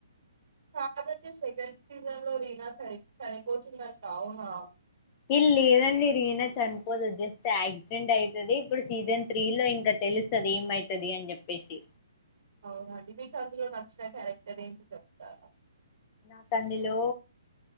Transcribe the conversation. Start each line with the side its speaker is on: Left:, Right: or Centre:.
Right: Father's Day second season లో రీనా చనిపోతాదా అవునా
Left: ఇల్లి లేదండి వీనస్ చనిపోదు జస్ట్ యాక్సిడెంట్ అయితది ఇప్పుడు సీజన్ త్రీ లో ఇంకా తెలుస్తుది ఏమైతది అని చెప్పేసి
Right: అవునండి మీకు అందులో నచ్చిన క్యారెక్టర్ ఏంటి చెప్తాను
Left: నా అందులో